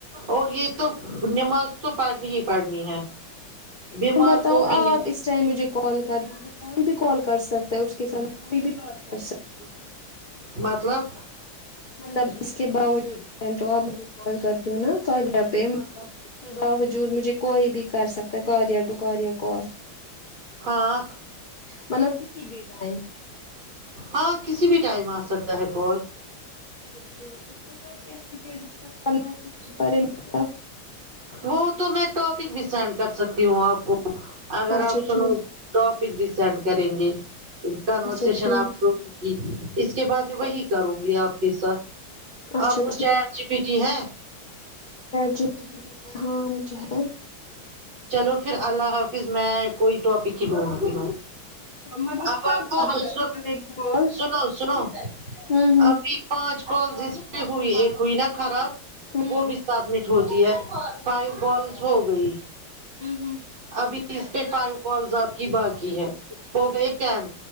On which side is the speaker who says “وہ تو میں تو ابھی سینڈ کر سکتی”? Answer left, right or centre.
Right